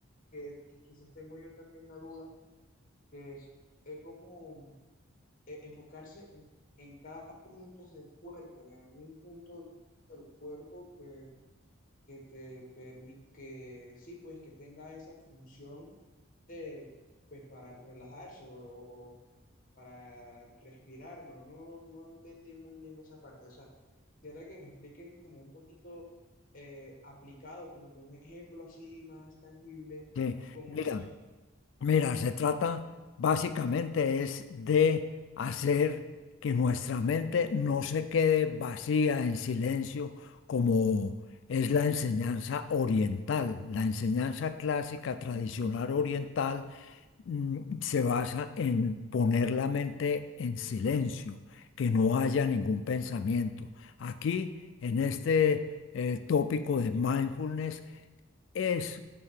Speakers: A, on the left; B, on the left.
A: que, que quizás tengo yo también la duda, que es eh, cómo eh, enfocarse en, en cada punto del cuerpo, en algún punto del cuerpo que que te permite, que sí, pues que tenga esa función de, pues para relajarse o, o- o para respirarlo. No, no entendí muy bien esa parte. O sea, quisiera que me expliques como un poquito eh, aplicado, como con un ejemplo así más tangible,
B: sí.
A: cómo
B: Mira,
A: es eso.
B: mira, se trata básicamente es de hacer que nuestra mente no se quede vacía en silencio como es la enseñanza oriental, la enseñanza clásica tradicional oriental mm, se basa en poner la mente en silencio, que no haya ningún pensamiento. Aquí, en este eh, tópico de mindfulness, es